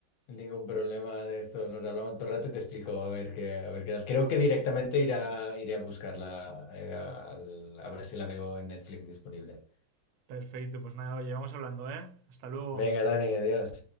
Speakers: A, on the left; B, on the right.
A: Ningún problema de esto. Nos hablamos otro rato y te explico a ver qué, a ver qué tal. Creo que directamente iré a, iré a buscarla, eh, al- a ver si la veo en Netflix disponible.
B: Perfecto, pues nada, oye, vamos hablando, ¿eh? Hasta luego.
A: Venga, Dani, adiós.